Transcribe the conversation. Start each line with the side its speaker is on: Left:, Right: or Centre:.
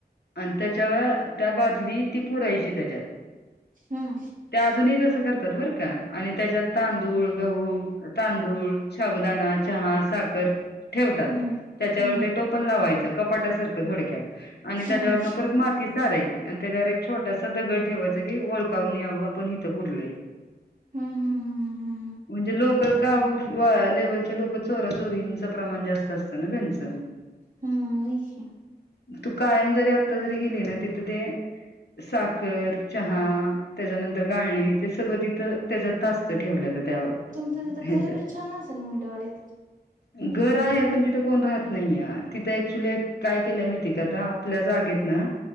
Left: आणि त्याच्यावर त्या बादली ती पुरायची त्याच्यात.
Right: हम्म.
Left: ते अजूनही तसं करतात बरं का आणि त्याच्यात तांदूळ गहू तांदूळ, शाबुदाना चहा साखर ठेवतात
Right: हम्म
Left: त्याचावर
Right: हम्म
Left: टोपन लावायचा कपाटा सारख थोडक्यात आणि त्या
Right: हम्म
Left: वरनं परत माती सारायची आणि त्याच्यावर एक छोटासा दगड ठेवायचा की ओळखवून यावं आपण हिथं पुरलय
Right: हम्म हम्म हम्म
Left: म्हणजे लोकं गावं आ लेवलच्या लोकं चोरा चोरींचा प्रमाण जास्त असतं ना त्यांचा
Right: हम्म होय की
Left: तू कायम जरी आता जरी गेली ना तिथं ते साखर चहा त्याच्यानंतर गाळणी ते सगळं तिथं त्याच्यात असतं ठेवलेलं. त्या
Right: तुमचं तिथ घरबीर
Left: ह्याच्यात
Right: छान असेल मुंडेवाडीत.
Left: घर आहे पण तिथं कोण राहत नाहीय तिथं ऍक्च्युली काय केलंय माहितीय आता आपल्या जागेत ना